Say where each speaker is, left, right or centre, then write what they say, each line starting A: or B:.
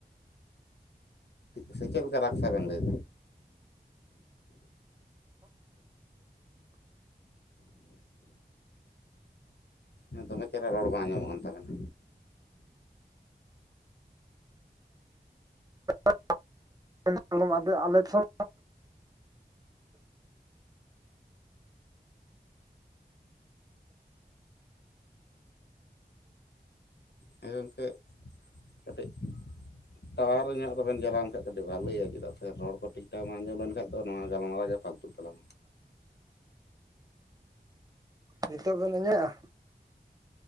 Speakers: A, on the left; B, on the right.
A: ᱥᱮ ᱪᱮᱫ ᱞᱮᱠᱟ ᱨᱟᱠᱥᱟᱵᱚᱱ ᱫᱷᱚᱱ? ᱸ ᱫᱚᱢᱮ ᱪᱮᱦᱨᱟ ᱨᱚᱲ ᱵᱟᱝ ᱟᱸᱡᱚᱢᱚᱜ ᱠᱟᱱ ᱛᱟᱵᱮᱱᱟ
B: <unintelligible> ᱠᱷᱚᱱ
A: ᱦᱮᱸ ᱜᱚᱝᱠᱮ ᱠᱟᱹᱴᱤᱡ ᱴᱟᱣᱟᱨ ᱧᱚᱜ ᱨᱮᱵᱮᱱ ᱪᱟᱞᱟᱣᱱ ᱠᱷᱟᱱᱡ ᱠᱟᱹᱴᱤᱡ ᱵᱷᱟᱞᱮᱭᱟ ᱪᱮᱫᱟᱜ ᱥᱮ ᱨᱚᱲ ᱠᱚ ᱴᱷᱤᱠ ᱴᱷᱟᱠ ᱵᱟᱝ ᱟᱡᱚᱢ ᱞᱮᱱᱠᱷᱟᱱᱡ ᱫᱚ ᱱᱚᱣᱟ ᱜᱟᱞᱢᱟᱨᱟᱜ ᱜᱮ ᱯᱷᱟᱞᱛᱚ ᱟ ᱛᱞᱟᱝ
B: ᱱᱤᱛᱚᱜ ᱵᱮᱱ ᱤᱧᱟᱹᱜᱼᱟ